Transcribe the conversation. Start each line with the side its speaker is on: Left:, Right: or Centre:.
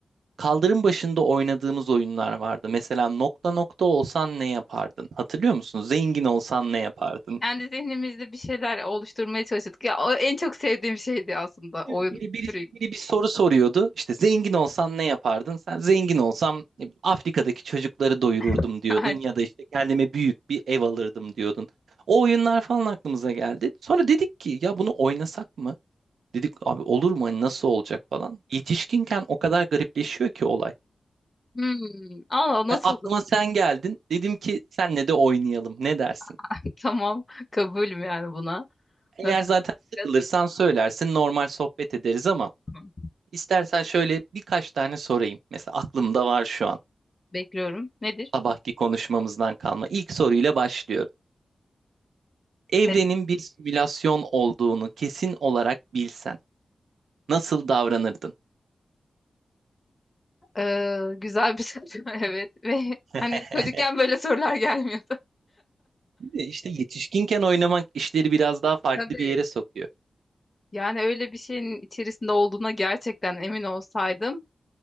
Right: Kaldırım başında oynadığımız oyunlar vardı. Mesela nokta nokta olsan ne yapardın? Hatırlıyor musun? Zengin olsan ne yapardın?
Left: Kendi zihnimizde bir şeyler oluşturmaya çalıştık. Ya o en çok sevdiğim şeydi aslında oyun
Right: Değil mi? Biri, biri,
Left: türü.
Right: biri bir soru soruyordu. İşte zengin olsan ne yapardın? Sen zengin olsam ne Afrika'daki çocukları doyururdum
Left: <laughs>
Right: diyordun
Left: Aynen.
Right: ya da işte kendime büyük bir ev alırdım diyordun. O oyunlar falan aklımıza geldi. Sonra dedik ki ya bunu oynasak mı? Dedik abi olur mu Hani nasıl olacak falan. Yetişkinken o kadar garipleşiyor ki olay.
Left: Hmm. Allah nasıl
Right: E, aklıma
Left: olur?
Right: sen geldin. Dedim ki senle de oynayalım. Ne dersin?
Left: <laughs> Tamam. Kabulüm yani buna.
Right: Eğer
Left: Nasıl?
Right: zaten sıkılırsan
Left: yapacağız?
Right: söylersin normal sohbet ederiz ama
Left: Tamam.
Right: istersen şöyle birkaç tane sorayım. Mesela aklımda var şu an.
Left: Bekliyorum. Nedir?
Right: sabahki konuşmamızdan kalma. İlk soruyla başlıyorum. Evrenin
Left: Evet.
Right: bir simülasyon olduğunu kesin olarak bilsen nasıl davranırdın?
Left: Ee, güzel bir soru. <laughs> Evet. Ve hani
Right: <laughs>
Left: çocukken böyle sorular gelmiyordu.
Right: Değil mi? İşte yetişkinken oynamak işleri biraz daha farklı
Left: Tabii.
Right: bir yere sokuyor.
Left: Yani öyle bir şeyin içerisinde olduğuna gerçekten emin olsaydım.